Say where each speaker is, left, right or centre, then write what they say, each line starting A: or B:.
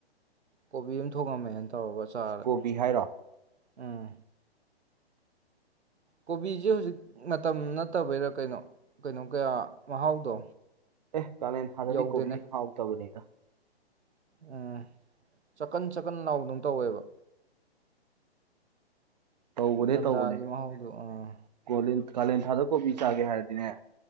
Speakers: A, on the right; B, on the right.
A: ꯀꯣꯕꯤ ꯑꯃ ꯊꯣꯡꯉꯝꯃꯦ ꯑ ꯇꯧꯕ ꯆꯥꯔꯦ
B: ꯀꯣꯕꯤ ꯍꯥꯏꯔꯣ
A: ꯎꯝ ꯀꯣꯕꯤꯁꯦ ꯍꯧꯖꯤꯛ ꯃꯇꯝ ꯐꯠꯇꯕꯩꯔꯥ ꯀꯩꯅꯣ ꯀꯩꯅꯣ ꯀꯌꯥ ꯃꯍꯥꯎꯗꯣ
B: ꯑꯦ ꯇ ꯅ ꯊꯥꯗꯤ
A: ꯌꯧꯗꯦꯅꯦ
B: ꯀꯣꯕꯤ ꯍꯥꯥꯎꯥꯎꯛ ꯇꯕꯅꯤꯗ
A: ꯎꯝ ꯆꯀꯟ ꯁꯀꯟ ꯅꯥꯎꯗꯪ ꯇꯧꯋꯦꯕ
B: ꯇꯧꯕꯅꯦ
A: ꯊꯝꯊꯥꯒꯤ
B: ꯇꯧꯕꯅꯦ
A: ꯃꯍꯥꯎꯗꯨꯣ ꯑꯥ
B: ꯀꯣꯂꯦꯟ ꯀꯥꯂꯦꯟ ꯊꯥꯗ ꯀꯣꯕꯤ ꯆꯥꯒꯦ ꯍꯥꯏꯔꯗꯤꯅꯦ